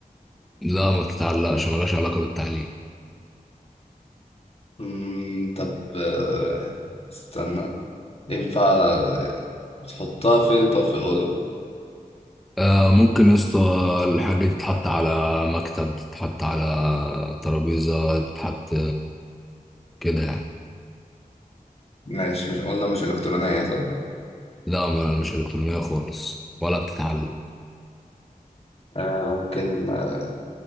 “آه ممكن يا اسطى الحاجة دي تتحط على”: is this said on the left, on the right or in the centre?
Centre